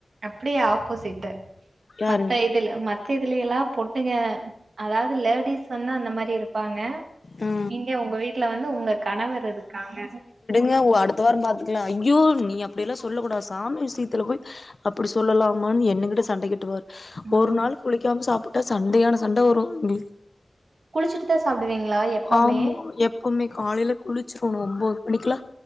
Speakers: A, on the right; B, on the left.
A: அப்டி ஆப் போசிட்டு
B: யாருங்
A: மத்த இதுல மத் த இதுலேல்லா பொட்டுங்க அதாவ்து லேடீஸ் வந்து அந்த மாரி இருப் பாங்க
B: ஆ
A: நீங்க உங்க வீட்ல வந் து உங்க கணவர் இருக்காங்க
B: க அடுத்த வாரொ பாத்துக்கலா ஐயோ நீ அப்டில்லா சொ சொல்லக் கூடா சாமி விஷயத்துல போய் அப்டி சொல்லலாமான் என்னுக்கிட்ட சண்டை கட்டுவார்
A: ம்
B: ஒரு நாள் குளிக்காம சாப் டா சண்டையான சண்ட வரு எங்ளு
A: குளிச்சுட்டு தா சாப்டுவீங்களா எப்பமே
B: ஆமா எப்பவுமே காலைல குளிச்சிர்ணு ஒம்போது மணிக்குல்லா